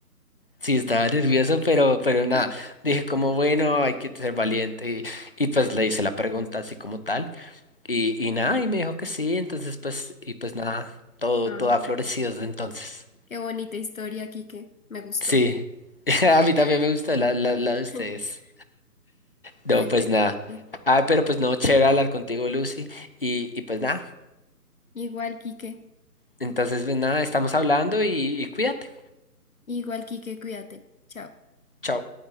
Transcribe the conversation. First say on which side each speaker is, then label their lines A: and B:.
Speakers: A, on the left (about 35°); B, on the left (about 60°).
A: Sí, estaba nervioso, pero, pero nada,
B: <laughs>
A: dije como, bueno, hay que ser valiente y, y pues le hice la pregunta así como tal y, y nada, y me dijo que sí, entonces pues, y pues nada, todo,
B: Ay,
A: todo ha florecido desde entonces.
B: qué bonita historia, Quique. Me gustó.
A: Sí, <laughs> a mí también me gusta la, la, la de ustedes.
B: <laughs>
A: No,
B: Ay,
A: pues
B: bueno,
A: nada.
B: Quique.
A: Ah, pero pues no, chévere hablar contigo, Lucy, y, y pues nada,
B: Igual, Quique.
A: entonces pues nada, estamos hablando y y cuídate.
B: Igual, Quique, cuídate. Chao.
A: Chao.